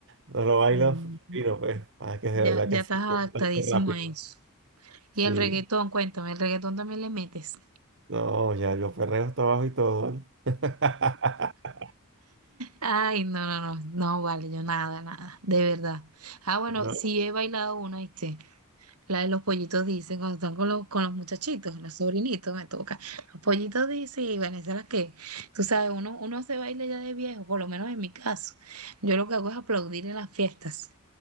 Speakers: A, on the right; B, on the right.
A: No lo bailo
B: Mm.
A: fino, pues, ah, es que de
B: Ya,
A: verdad
B: ya
A: que
B: estás
A: sí,
B: adaptadísimo
A: que es bastante rápido.
B: a eso. Y
A: Sí.
B: el reggaetón, cuéntame, ¿el reggaetón también le metes?
A: No, ya yo Ferreo está abajo y todo, ¿vale? <laughs>
B: Ay, no, no, no, no vale, yo nada, nada, de verdad. Ah, bueno,
A: No,
B: sí he bailado una, ¿viste? La de los pollitos dicen, cuando están con los, con los muchachitos, los sobrinitos me toca. Los pollitos dicen, y bueno, esa es la que, tú sabes, uno, uno se baila ya de viejo, por lo menos en mi caso. Yo lo que hago es aplaudir en las fiestas.